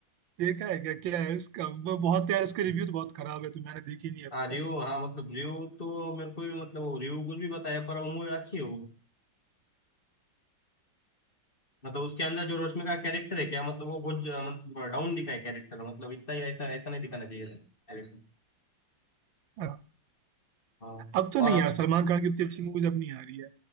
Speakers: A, on the right; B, on the left.
A: देखा है क्या क्या है उसका वो बहुत यार उसके रिव्यू तो बहुत खराब है तो मैंने देखी नहीं अब
B: हाँ रिव्यू
A: तक
B: हाँ मतलब रिव्यू तो मेरे को भी मतलब वो रिव्यू कुछ भी बताया पर वो मूवी अच्छी है वो मतलब उसके अंदर जो रश्मि का कैरेक्टर है क्या मतलब वो बहुत ज- मतलब डाउन दिखा है कैरेक्टर मतलब इतना ही ऐसा ऐसा नहीं दिखाना चाहिए था character।
A: हाँ,
B: हाँ
A: अब तो नहीं
B: और अब
A: यार सलमान खान की उतनी अच्छी मूवीज अब नहीं आ रही है